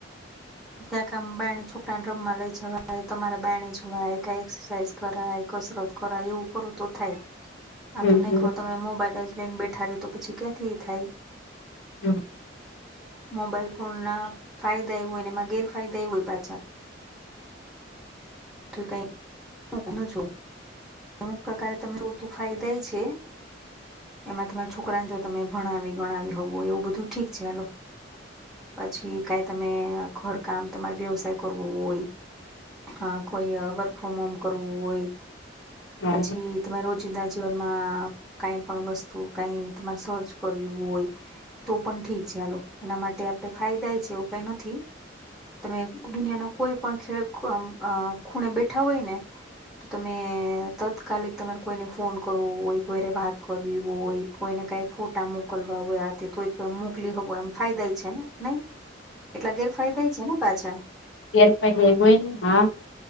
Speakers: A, in the centre; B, on the left.
A: ત્યાં ક બાણી છોકરાને રમમાં લઈ જવાય તમારે બાણી જવાય ક એક્સરસાઇઝ કરાય કસરત કરાય એવું કરો તો થાય. આ
B: હમ
A: તો નહી ક તો તમે મોબાઈલ જ લઈને બેઠા રહ્યો તો પછી ક્યાંથી થાય.
B: હમ
A: મોબાઈલ ફોન ના ફાયદા એવું એના માં ગેરફાયદા એવું હોય પાછા. તો કઈ <unintelligible> ના જોય. અમુક પ્રકારે તને જોતું ફાયદાય એ છે. એમાં તમારા છોકરાને જો તમે ભણાવી ગણાવી હોવો એવું બધું ઠીક છે <unintelligible> પછી કાઈ તમે ઘરકામ તમારે વ્યવસાય કરવો હોય. હા કોઈ વર્ક ફ્રોમ હોમ કરવું હોય
B: હા
A: પછી તમામે રોજિંદા જીવનમાં કઈ પણ વસ્તુ કઈ તમારે સર્ચ કર્યું હોય. તો પણ ઠીક છે ચાલો એના માટે આપડે ફાયદા એ છે એવું કઈ નથી. તમે દુનિયાના કોઈ પણ જ આમ ખૂ આ ખૂણે બેઠા હોય ને તો તમે તાત્કાલિક તમારે કોઈને ફોન કરવો હોય કોઈરે વાત કરવી હોય. કોઈને કાઈ ફોટા મોકલવા હોય આથી તોય પણ મોકલી હો એમ ફાયદા છે ને નઈ. એટલા ગેરફાયદા છે ને પાછા.
B: ગેરફાઈલા હોય ને હા